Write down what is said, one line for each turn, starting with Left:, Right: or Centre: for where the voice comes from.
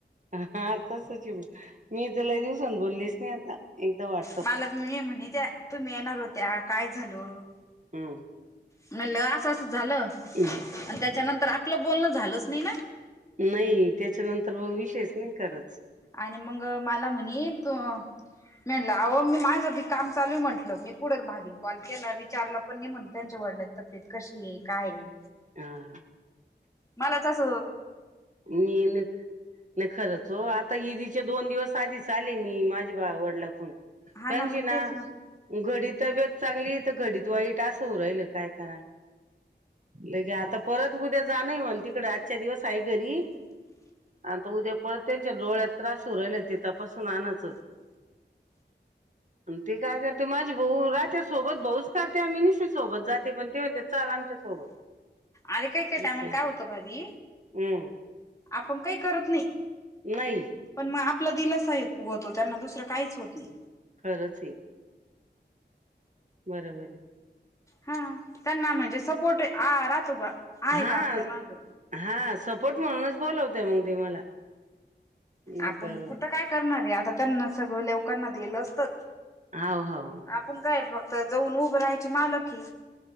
Right: हा तसंच ये मग मी तर लई दिवसान बोललीच नाही आता एकदा वाट
Left: मला <unintelligible> मी म्हणीत्या तुम्ही येणार होत्या काय झालं??
Right: हम्म
Left: म्हणलं असं असं झालं
Right: हम्म.
Left: आणि त्याच्यानंतर आपलं बोलणं झालंच नाही ना..
Right: नाही त्याच्यानंतर मग विषयच नाही खरंच.
Left: आणि मग मला म्हणे तु मी म्हणलं अहो मी माझं बी काम चालूये म्हटलं मी कुठच भाभीन कॉल केला विचारला पण नाही म्हण त्यांच्या वडलांची तब्येत कशीये काय ये??
Right: हं
Left: मलाच आस
Right: <unintelligible> नाही खरंच हो आता ईदीचे दोन दिवस आधी च आले मी माझ्या <unintelligible> वडला फोन त्यांची
Left: हा मग
Right: ना
Left: तेच
Right: घडीत तब्बेत चांगलीये तर घडीत वाईट असं होऊन राहील काय करा लगे आता परत उद्या जान आहे मला तिकड आजच्या दिवस आहे घरी. आता उद्या परत त्यांच्या डोळ्यात त्रास हुन राहिल ते तपासून आणायचं. ते काय करते माझी भाऊ राहत्या सोबत भाऊच काढते आम्ही निशु सोबत जाते पण ते म्हणते चल आमच्या सोबत.
Left: अरे एका एका
Right: असं
Left: टाईमाला
Right: आहे
Left: काय होत भाभी??
Right: हम्म..
Left: आपण काही करत नाही.
Right: नाही..
Left: पण मग आपला दिलासा ये होतो त्यांना दुसरं काहीच होत नाही.
Right: खरंच ये. बरोबर ये.
Left: हा त्यांना म्हणजे सपोर्ट आ राहातो बा. आहे
Right: हा
Left: बा आपल्या माग
Right: हा सपोर्ट म्हणूनच बोलवतोय मंग त्यो मला. नाही
Left: आपण
Right: तर
Left: कुठं काय करणार ये आता त्यांना सगळं लवकांना दिलं असत.
Right: हाव हाव.
Left: आपून काय फक्त जाऊन उभं राहायची मालकी.